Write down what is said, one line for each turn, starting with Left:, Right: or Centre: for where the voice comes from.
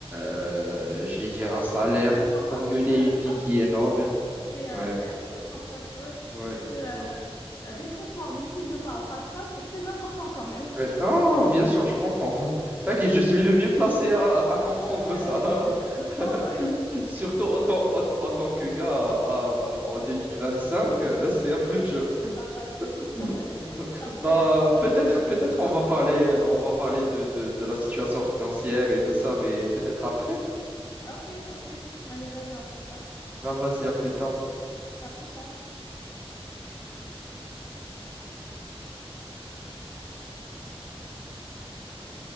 Right: euh, je vais dire
Left: Oui,
Right: un salaire
Left: Exactement, avoir
Right: pour mener
Left: une euh,
Right: une
Left: stabilité
Right: vie qui est noble.
Left: financière, c'est euh,
Right: Ouais,
Left: c'est un plus en fait, ouais.
Right: ouais,
Left: Parce que
Right: ouais.
Left: euh, détrompe-toi, même si je parle pas de ça, c'est très important quand même.
Right: ouais. Ah, bien sûr, je comprends. <laughs> T'inquiète, je suis le mieux placé à, à comprendre
Left: <laughs> Ouais,
Right: ça.
Left: exactement,
Right: <laughs>
Left: ouais.
Right: Surtout
Left: Effectivement,
Right: en tant,
Left: effectivement.
Right: en- en tant que gars à- en
Left: Ouais,
Right: 2025, euh, c'est un peu
Left: ouais,
Right: dur.
Left: c'est vrai que c'est pas facile. <laughs>
Right: <laughs>
Left: Chapeau
Right: Bah,
Left: à vous, franchement.
Right: peut-être, peut-être
Left: ouais.
Right: on va parler, on va parler de, de, de la situation financière et tout ça, mais peut-être après.
Left: Ok, ok. Allez, vas-y, on fait ça.
Right: Bah vas-y, à plus tard.
Left: À plus tard.